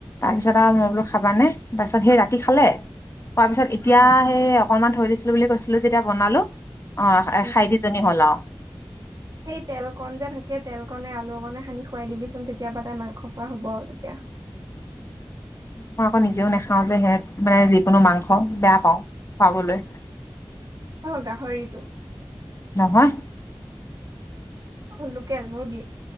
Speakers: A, on the left; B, on the right.
A: তাৰপিছত আও মই বোলো খাবা নে তাৰপিছত সেই ৰাতি খালে। কোৱাৰ পিছত এতিয়া
B: অ।
A: সেই অকনমান থৈ দিছিলো বুলি কৈছিলো যেতিয়া বনালো অঁ
B: উম,
A: খাই দিছ- হল আও।
B: সেই তেল কণ যে থাকে তেল কণে আলু কণে সানি খুৱাই দিবিচোন তেতিয়া পা তাইৰ মাংস খোৱা হ'ব আৰু তেতিয়া।
A: মই আকৌ নিজেও নাখাও যে সেহ মানে যিকোনো মাংস বেয়া পাওঁ খুৱাবলৈ।
B: অ গাহৰিটো।
A: নহয়।
B: অ লোকেল মুৰ্গী।